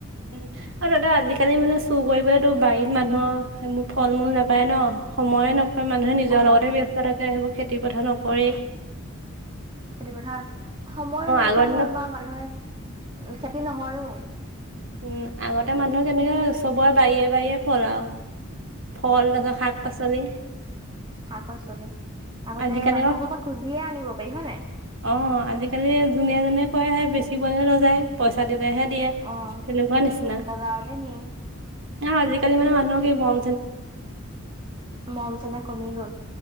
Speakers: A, on the right; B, on the right.
A: উম আৰু দাদা আজিকালি মানে চুৰ কৰিবলেতো বাৰীত মানুহৰ সেইবোৰ ফল মূল নাপায় ন। সময়ে নকৰে মানুহে নিজৰ
B: অ
A: লগতে ব্যস্ত থাকে সেইবোৰ খেতি পথাৰ নকৰে।
B: খেতি পথাৰত সময় নাইকিয়া
A: আগৰ দিনত
B: হ'ল বাও মানুহে খেতি নহয়ও।
A: উম আগতে মানুহে কেনেকে চবৰে বাৰিয়ে বাৰিয়ে ফল আও। ফল এক শাক পাচলি
B: শাক পাচলি আগতে
A: আজিকালি
B: মানুহৰ
A: অ
B: ক পৰা খুজিয়ে আনিব পাৰি হয় নাই?
A: অ আজিকালি যোনে যোনে কৰে বেচিবলেহে লৈ যায় পইচা দিলেহে দিয়ে।
B: অহ।
A: তেনেকুৱা নিচিনা
B: বজাৰলে নিয়ে
A: আজিকালি মানে মানুহক কি বম।
B: মন চেনেহ কমি গ'ল।